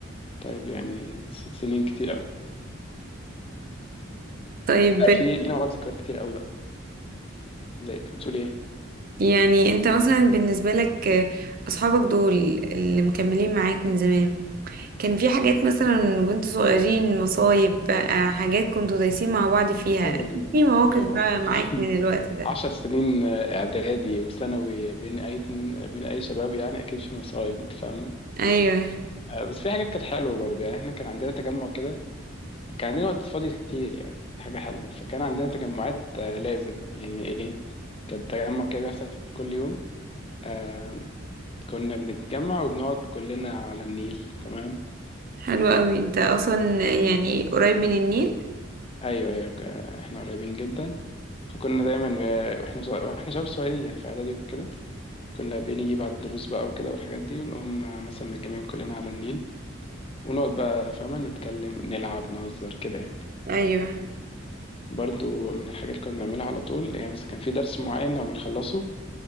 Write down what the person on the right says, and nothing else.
طيب
يعني انت مثلا بالنسبة لك آه، اصحابك دول اللي مكملين معاك من زمان كان في حاجات مثلا وانتوا صغيرين مصايب بقى حاجات كنتوا دايسين مع بعض فيها
في مواقف
بقى
معاك من الوقت ده
ايوه
حلو قوي انت اصلا يعني قريب من النيل
ايوه